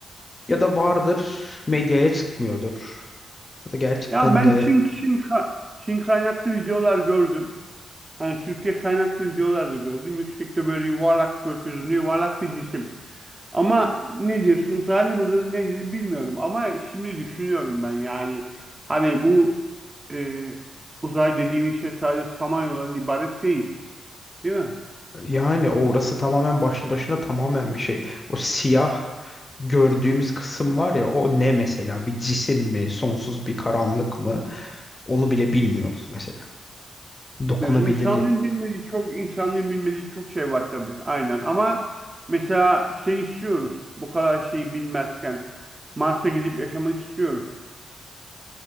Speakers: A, on the left (about 30°); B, on the right (about 30°).
A: Ya da vardır medyaya çıkmıyordur. Ya da gerçekten
B: ya ben
A: de
B: Çin, Çin, ka- Çin kaynaklı videolar gördüm. Hani Türkiye kaynaklı videolar da gördüm. Yüksekte böyle yuvarlak gökyüzünde yuvarlak bir cisim. Ama nedir, uzaylı mıdır nedir bilmiyorum. Ama şimdi düşünüyorum ben yani hani bu e, uzay dediğimiz şey sadece Samanyolu'dan ibaret değil. Değil mi?
A: Yani orası tamamen başlı başına tamamen bir şey. O siyah gördüğümüz kısım var ya o ne mesela? Bir cisim mi? Sonsuz bir karanlık mı? Onu bile bilmiyoruz mesela. Dokunabilir.
B: Bilmiyoruz. İnsanlığın bilmediği çok insanlığın bilmediği çok şey var tabii. Aynen ama mesela şey istiyoruz. Bu kadar şeyi bilmezken Mars'a gidip yaşamak istiyoruz.